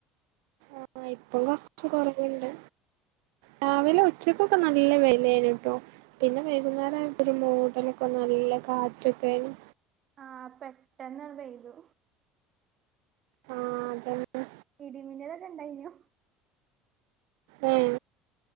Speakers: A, on the right (about 85°); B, on the right (about 40°).
A: ആഹ് ഇപ്പം കൊറച്ച് കുറവുണ്ട് രാവിലെ ഉച്ചക്കൊക്കെ നല്ല വെയിൽ എയ്നിട്ടോ പിന്നെ വൈകുന്നേരം ആയപ്പോ ഒരു മൂടലൊക്കെ നല്ല കാറ്റൊക്കെ ആയ്നു
B: ആഹ് പെട്ടന്ന് പെയ്തു
A: ആഹ് അതെന്നെ
B: ഇടിമിന്നലൊക്കെ ഇണ്ടായ്നൊ
A: ഉം